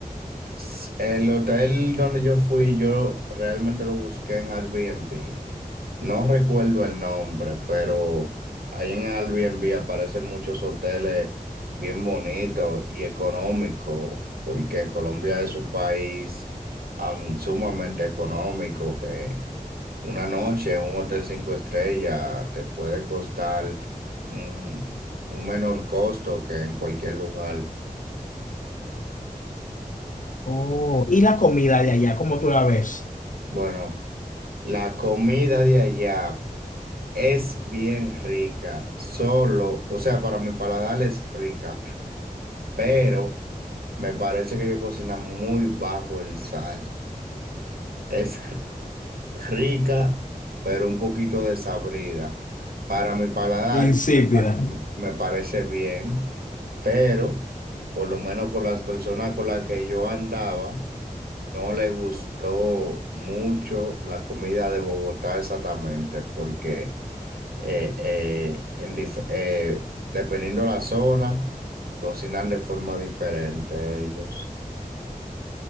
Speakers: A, on the right (about 85°); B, on the left (about 60°).
A: S- El hotel donde yo fui, yo realmente lo busqué en Airbnb No recuerdo el nombre, pero ahí en Airbnb aparecen muchos hoteles bien bonitos y económicos, porque Colombia es un país am, sumamente económico, que una noche en un hotel cinco estrellas te puede costar un, un menor costo que en cualquier lugar.
B: Oh, ¿Y la comida de allá, cómo tú la ves?
A: Bueno, la comida de allá es bien rica, solo, o sea, para mi paladar es rica pero me parece que ellos cocinan muy bajo en sal. Es <laughs> rica, pero un poquito desabrida. Para mi paladar,
B: Insípida.
A: me me parece bien, pero por lo menos con las personas con las que yo andaba, no le gustó mucho la comida de Bogotá exactamente, porque eh, eh, en dif- eh, dependiendo la zona, cocinan de forma diferente ellos.